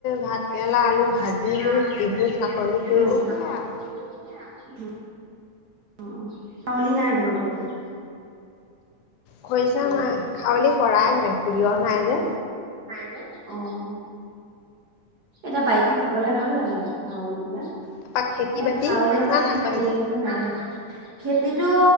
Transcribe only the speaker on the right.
ভাত
কেৰেলা আলু
ভাজিলো,
চাটনি
কৰিলো সেয়া। উম <unintelligible> নাই তোমালোকৰ ফালে?
অ', এতিয়া বাৰিষা খাবলে ভাল লাগে খাৰলি বিলাক।
<unintelligible>
খেতিটো